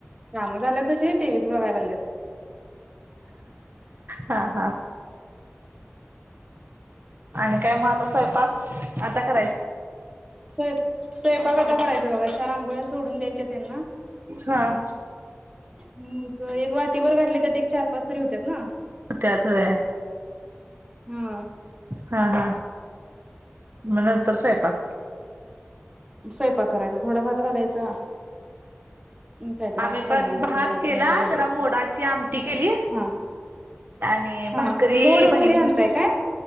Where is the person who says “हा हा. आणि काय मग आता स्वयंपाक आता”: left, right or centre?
Right